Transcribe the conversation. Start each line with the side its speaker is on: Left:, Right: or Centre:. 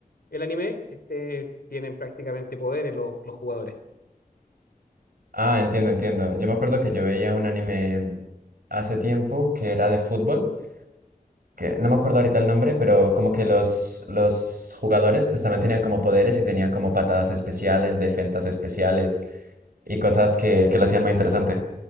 Left: el anime, este tienen prácticamente poderes los, los jugadores.
Right: Ah, entiendo, entiendo. Yo me acuerdo que yo veía un anime hace tiempo que era de fútbol, que no me acuerdo ahorita el nombre, pero como que los, los jugadores pues también tenían como poderes y tenían como patadas especiales, defensas especiales y cosas que, que lo hacían muy interesante.